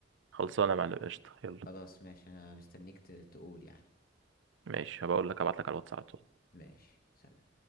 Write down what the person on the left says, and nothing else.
خلاص ماشي انا مستنيك ت- تقول يعني
ماشي سلام